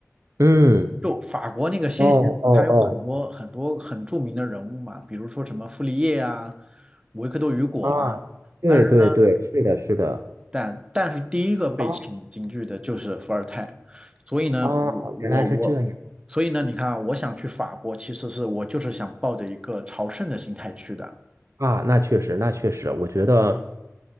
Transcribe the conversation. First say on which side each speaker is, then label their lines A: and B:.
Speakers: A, on the right; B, on the right.
A: 嗯，
B: 就法国那个先行词，
A: 哦哦
B: 它有很多很多很著名的人物嘛，比如说什么傅立叶啊、维克多雨果啊。
A: 哦，啊，对对对，
B: 但是呢，
A: 是的，是的，
B: 但但是第一个被请进去的就是伏尔泰，
A: 哦
B: 所以呢，
A: 哦，
B: 我我我，
A: 原来是这样
B: 所以呢，你看啊，我想去法国，其实是我就是想抱着一个朝圣的心态去的。
A: 啊，那确实，那确实，我觉得